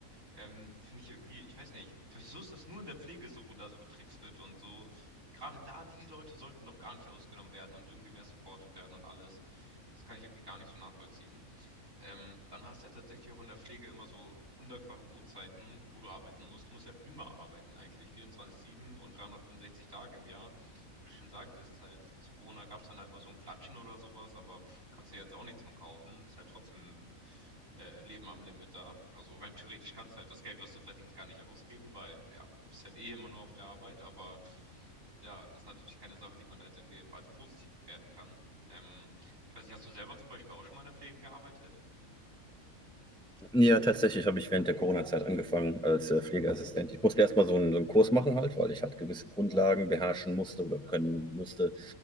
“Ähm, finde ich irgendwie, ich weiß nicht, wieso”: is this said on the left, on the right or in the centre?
Right